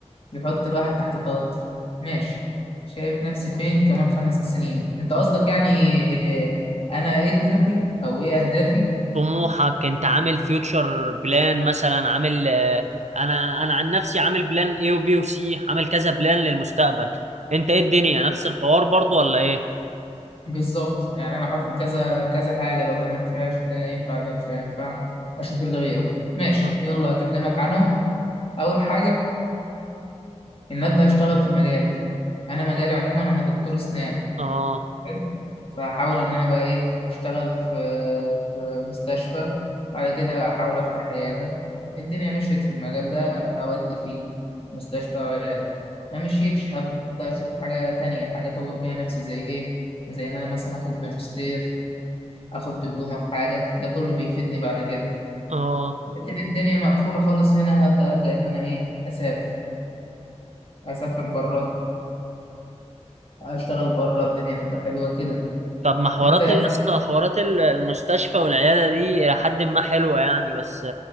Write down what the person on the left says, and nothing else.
بيحط الواحد تحت ضغط ماشي شايف نفسي فين كمان خمس سنين انت قصدك يعني إيه، انا ايه طموحي او ايه اهدافي
بالظبط يعني انا حاطط كذا كذا حاجة لو ده ما ينفعش ده ينفع ده مش هينفع اشوف اللي غيره ماشي
يلا اكلمك عنه اول حاجة ان ابدا اشتغل في مجالي انا مجالي
عموما انا دكتور اسنان
حلو. فهحاول إن أنا بقى إيه أشتغل في في مستشفى بعد كده أحاول أفتح عيادة الدنيا مشيت في المجال ده هودي فيه مستشفى أو عيادة ما مشيتش هبدأ أشوف حاجة تانية حاجة أطور بيها نفسي زي إيه زي إن أنا مثلا آخد ماجستير آخد دبلومة في حاجة ده كله بيفيدني بعد كده
لكن الدنيا مقفولة خالص هنا هبدأ ألجأ إن أنا إيه أسافر أسافر بره أشتغل بره الدنيا تبقى حلوة كده
أنت